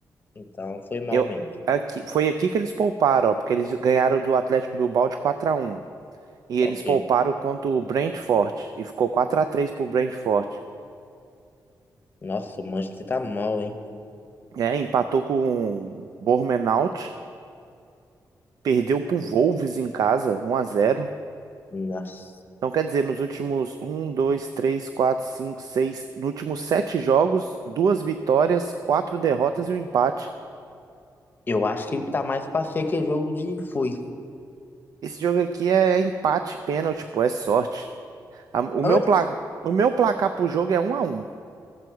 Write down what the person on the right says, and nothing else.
Eu
aqui, foi aqui que eles pouparam, ó, porque eles ganharam do Atlético Bilbao de 4 a um e
eles pouparam contra o Brentford e ficou 4 a 3 pro Brentford.
É, empatou com o Bournemouth, perdeu pro Wolves em casa, um a zero.
Então, quer dizer, nos últimos um, dois, três, quatro, cinco, seis, nos últimos sete jogos, duas vitórias, quatro derrotas e um empate.
Esse jogo aqui é empate, pênalti, pô, é sorte. A- O meu,
pla- o meu placar pro jogo é um a 1.